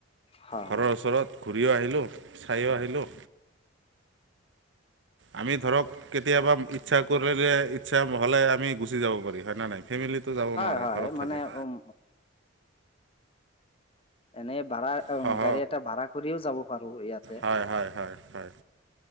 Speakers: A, on the left (about 30°); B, on the right (about 65°).
A: হয়
B: ঘৰৰ ওচৰত। ঘূৰিও আহিলোঁ, চাইও আহিলোঁ। আমি ধৰক কেতিয়াবা ইচ্ছা কৰিলে ইচ্ছা হলে আমি গুচি যাব পাৰি হয় নে নাই। ফেমিলি যাব নোৱাৰে
A: হয় হয়
B: ঘৰত
A: মানে
B: থাকে।
A: উম এনেই ভাড়া
B: সহ
A: গাড়ী এটা ভাড়া কৰিও যাব পাৰো ইয়াতে।
B: হয় হয় হয় হয়